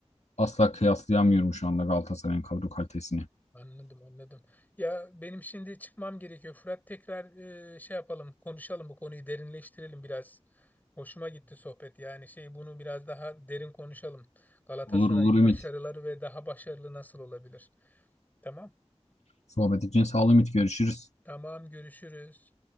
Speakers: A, on the left; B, on the left.
A: asla kıyaslayamıyorum şu anda Galatasaray'ın kadro kalitesini.
B: Anladım anladım. Ya benim şimdi çıkmam gerekiyor. Fırat tekrar e, şey yapalım, konuşalım bu konuyu derinleştirelim biraz. Hoşuma gitti sohbet yani şey bunu biraz daha derin konuşalım. Galatasaray'ın
A: Olur olur Ümit.
B: başarıları ve daha başarılı nasıl olabilir? Tamam.
A: Sohbet için sağ ol Ümit. Görüşürüz.
B: Tamam görüşürüz.